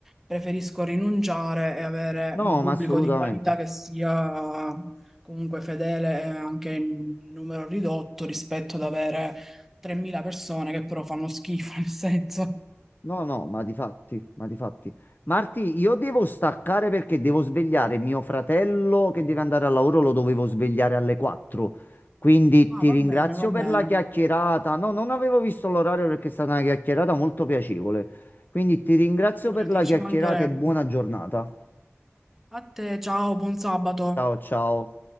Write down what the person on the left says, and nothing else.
No,
ma assolutamente.
No, no, ma di fatti, ma di fatti. Marti, io devo staccare perché devo svegliare mio fratello che deve andare al lavoro, lo dovevo svegliare alle 4. Quindi
ti
ringrazio
per
la chiacchierata. No, non avevo visto l'orario perché è stata una chiacchierata molto piacevole. Quindi ti ringrazio
per la
chiacchierata
e buona giornata.
Ciao, ciao.